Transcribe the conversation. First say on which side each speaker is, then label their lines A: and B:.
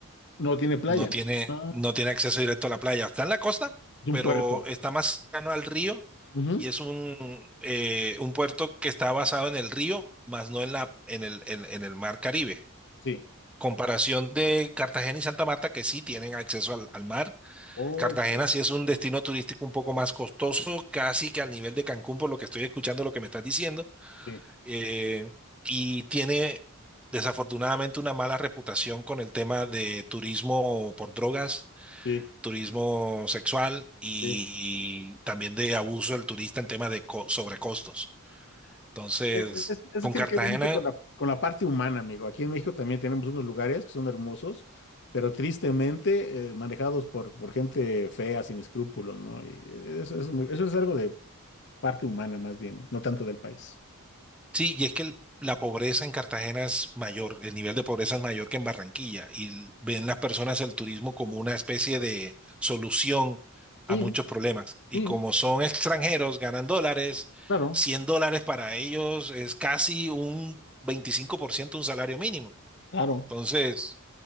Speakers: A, on the left (about 55°); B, in the centre.
A: No tiene playa,
B: No tiene,
A: Ah,
B: no tiene acceso directo a la playa. Está en la costa,
A: es un
B: pero
A: puerto.
B: está más cercano al río
A: Ujú,
B: y es un, eh, un puerto que está basado en el río, más no en la, en el, en, en el mar Caribe.
A: Sí,
B: Comparación de Cartagena y Santa Marta, que sí tienen acceso al al mar
A: ok.
B: Cartagena sí es un destino turístico un poco más costoso, casi que al nivel de Cancún, por lo que estoy escuchando, lo que me estás diciendo,
A: sí,
B: eh, y tiene desafortunadamente una mala reputación con el tema de turismo por drogas,
A: sí,
B: turismo sexual y
A: sí.
B: también de abuso del turista en tema de co- sobrecostos. Entonces,
A: Es- es- Eso
B: con
A: tiene
B: Cartagena
A: que ver mucho con la, con la parte humana, amigo. Aquí en México también tenemos unos lugares que son hermosos, pero tristemente eh, manejados por, por gente fea, sin escrúpulos, ¿no? Y eso, es muy- eso es algo de parte humana más bien, no, No tanto del país.
B: Sí, y es que el- la pobreza en Cartagena es mayor, el nivel de pobreza es mayor que en Barranquilla, y l- ven las personas el turismo como una especie de solución
A: Sí,
B: a muchos problemas. Y
A: sí,
B: como son extranjeros, ganan dólares,
A: claro,
B: 100 dólares para ellos es casi un 25% un salario mínimo.
A: claro.
B: Entonces,